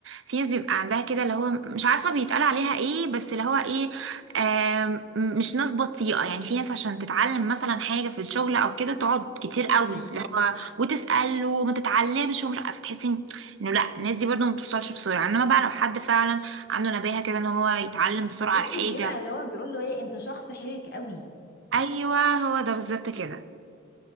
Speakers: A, on the right; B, on the left.
A: في ناس بيبقى عندها كده اللي هو مش عارفة بيتقال عليها ايه بس اللي هو ايه آم، مش ناس بطيئة يعني في ناس عشان تتعلم مثلا حاجة في الشغل او كده تقعد كتير قوي
B: مم.
A: اللي هو وتسأل وما تتعلمش ومش عارفة تحسي انه لا الناس دي برضه ما بتوصلش بسرعة انما بقى لو حد فعلا عنده نباهة كده ان هو يتعلم بسرعة
B: بصي
A: على حاجة
B: بيبقى اللي هو بيقول له ايه انت شخص حرك قوي
A: ايوه هو ده بالظبط كده